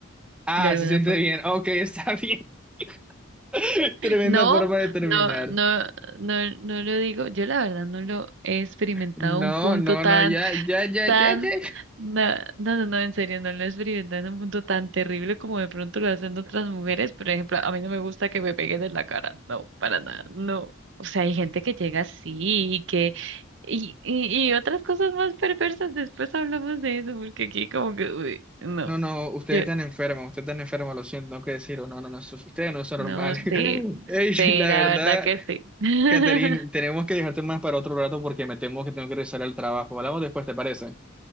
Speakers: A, in the centre; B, on the right.
A: Ah,
B: de alguna
A: se siente
B: forma.
A: bien. Ok, está bien. <laughs> Tremenda
B: No,
A: forma de terminar.
B: no, no, no, no lo digo, yo la verdad no lo he experimentado
A: No,
B: a un punto
A: no,
B: tan
A: no, ya, ya, ya,
B: tan,
A: ya, ya.
B: no, no, no, no, en serio, no lo experimentan en un punto tan terrible como de pronto lo hacen otras mujeres. Por ejemplo, a mí no me gusta que me peguen en la cara, no, para nada, no. O sea, hay gente que llega así y que, y, y, y otras cosas más perversas, después hablamos de eso, porque aquí como que, uy, no,
A: No, no, ustedes
B: yo,
A: están enfermos, ustedes están enfermos, lo siento, no que decirlo. No, no, no, sus- ustedes no son
B: no
A: normales.
B: sé,
A: <laughs>
B: sí,
A: Ey,
B: sí,
A: la
B: la
A: verdad,
B: verdad que sí. <laughs>
A: Catherine, tenemos que dejarte más para otro rato porque me temo que tengo que regresar al trabajo. Hablamos después, ¿te parece?